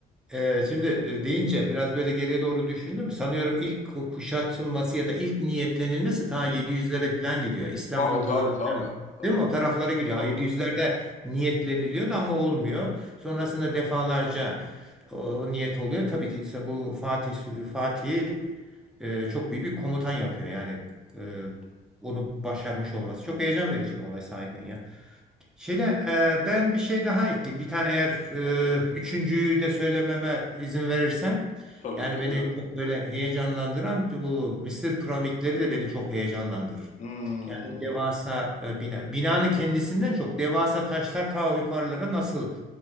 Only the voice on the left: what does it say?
Hı hı.
Tabii
tabii tabii.
Tabii
tabii.
Tabii
hocam
buyurun.
Hmm.